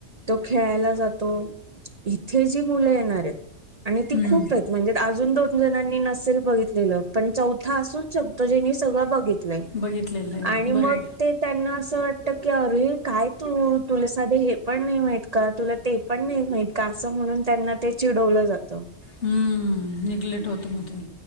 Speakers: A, on the right; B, on the left.
A: तो खेळायला जातो, इथे जी मुलं येणार हाएत आणि ती
B: हं.
A: खूप हाएत म्हणजे अजून दोन जणांनी नसेल बघितलेलं, पण चौथा असूच शकतो जेनी सगळं बघितलं. लय
B: बघितलेलं आहे
A: आणि मग
B: बरोबर
A: ते त्यांना असं वाटत की अरे काय तू? तुला साधे हे पण नाही माहित का? तुला ते पण नाही माहीत का? आसं म्हणून त्यांना ते चिडवलं जात
B: हम्म निग्लेट होतो म ते.